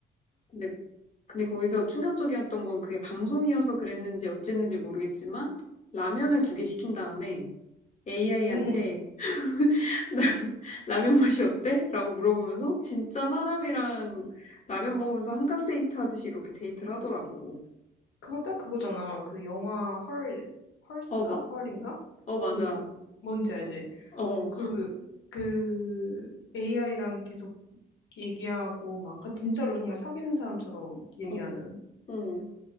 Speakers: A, on the left; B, on the left.
A: 근데, 근데 거기서 충격적이었던 건 그게 방송이어서 그랬는지 어쨌는지 모르겠지만 라면을 두 개 시킨 다음에 AI한테
B: 어머,
A: <laughs> 라면 맛이 어때? 라고 물어보면서 진짜 사람이랑 라면 먹으면서 한강 데이트 하듯이 그렇게 데이트를 하더라고.
B: 그거 딱 그거잖아. 그 영화 헐, 헐스인가?
A: 어, 봐
B: 헐인가?
A: 어, 맞아.
B: 그, 뭔지 알지?
A: 어,
B: 그, 그 AI랑 계속 얘기하고 막 가- 진짜로 정말 사귀는 사람처럼 얘기하는.
A: 어, 어,